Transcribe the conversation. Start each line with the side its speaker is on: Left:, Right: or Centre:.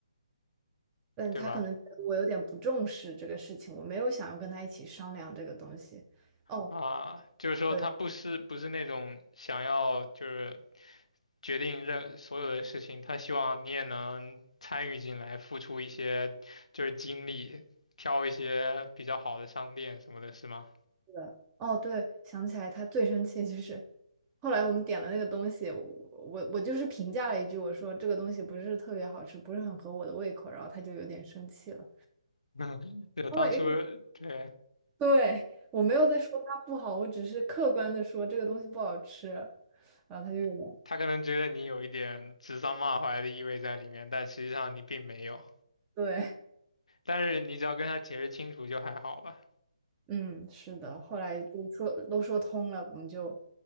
Right: 但他可能觉得我有点不重视这个事情，
Left: 对吧？
Right: 我没有想要跟他一起商量这个东西。哦，
Left: 啊，就是说他不是不是那种想要就是
Right: 对，
Left: 决定任所有的事情，他希望你也能参与进来，付出一些就是精力，挑一些比较好的商店什么的，是吗？
Right: 是的，哦，对，想起来他最生气就是。后来我们点了那个东西，我我我就是评价了一句，我说这个东西不是特别好吃，不是很合我的胃口，然后他就有点生气了。
Left: <laughs> 就当初
Right: 因为
Left: 对
Right: 对，我没有在说它不好，我只是客观的说这个东西不好吃，然后他就有点，
Left: 他可能觉得你有一点指桑骂槐的意味在里面，但实际上你并没有。
Right: 对，
Left: 但是你只要跟他解释清楚就还好吧。
Right: 嗯，是的，后来就说都说通了，我们就